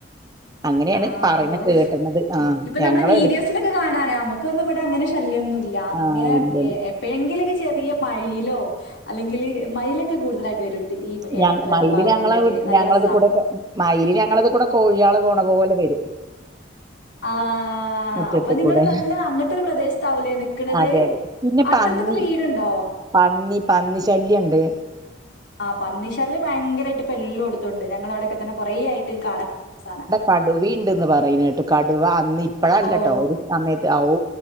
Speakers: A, on the right; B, on the left.
A: അങ്ങനെയാണ്
B: ആ
A: പറയുന്ന
B: വൂ
A: കേട്ടണത് ആഹ്
B: ഇപ്പൊ
A: ഞങ്ങളെടു
B: നമ്മള് വീഡിയോസിലൊക്കെ കാണാനാ നമ്മുക്ക് ഒന്നും ഇവടെ അങ്ങനെ ഇഷ് ശല്യന്നുല്ല അങ്ങനെ
A: ആഹ് ഇല്ല
B: എ എ എപ്പഴെങ്കിലൊക്കെ ചെറിയ മയിലോ അല്ലെങ്കില് മയിലൊക്കെ കൂടുതലായിട്ട് വരും. ഇതിൽ ഈ ഏഹ്
A: ഞ മയില്
B: ഭാഗത്തൂടൊക്കെ
A: ഞങ്ങളെ
B: നല്ല
A: ഞങ്ങളത്കൂടെ
B: രസാ
A: ഒക്കെ മയില് ഞങ്ങളത് കൂടെ കോഴ്യാള് പോണ പോലെ വരും.
B: ആ ആ
A: മുറ്റത്ത്
B: അപ്പൊ നിങ്ങള്
A: കൂടെ
B: നല്ല അങ്ങൻത്തെര് പ്രദേശത്താവുലെ നിക്ക്‌ണത്
A: അതെ അതെ പിന്നെ
B: അടുത്തടുത്തൊക്കെ
A: പന്നി
B: വീട്ണ്ടോ
A: പന്നി പന്നി ശല്യ ഇണ്ട്
B: ആ പന്നിശല്യ ഭയങ്കരായിട്ട് ഇപ്പ എല്ലോട്ത്തുണ്ട് ഞങ്ങളെ ഇവടൊക്കെ തന്നെ കുറേ ആയിട്ട് കാണ സാനാ
A: കടുവീണ്ടന്ന് പറയ്ണെ കേട്ടു കടുവ അന്ന് ഇപ്പഴല്ലട്ടോ
B: ഓഹ്
A: ഒ സമയത്ത് ഔ